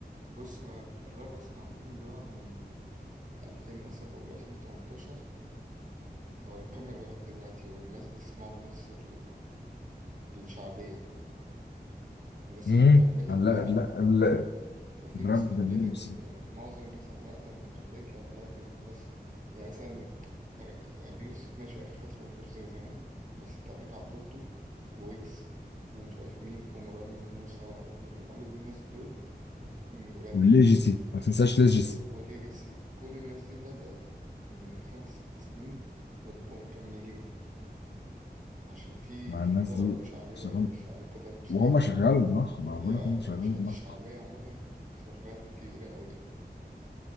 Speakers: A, on the right; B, on the left.
A: بص هو الراب اصلا عامة ظهر من 2000 مثلا قول 2018 هو مكمل لغاية دلوقتي والناس بتسمعه بنفس ال- الشعبية الناس
B: امم
A: اللي كملت
B: لا
A: بقى
B: لا لا
A: و- وفي
B: الراب
A: ناس كملت
B: جميل بس
A: يعني معظم الناس عامة كملت لما لقيت ان الناس يعني مثلا أغ- أبي يوسف ماشي آخر فترة مبقاش زي زمان بس انت عندك عفروتو ويجز ومش عارف مين ومروان موسى ومروان بابلو كل الناس دول مت- بادئين
B: والليجيسي ما تنساش ليجيسي
A: وليجاسي كل الناس دي بادئة من خمس ست سنين و- ومكملين عشان في
B: مع الناس
A: في طلب
B: دي
A: في شعبية
B: أصل
A: يعني
B: هم-
A: شعبية الراب بصراحة
B: وهم شغال دماغهم انا
A: هي
B: بقول لك هم شغال
A: يعني شع-
B: دماغهم
A: الشعبية عامة في الراب كبيرة أوي يعني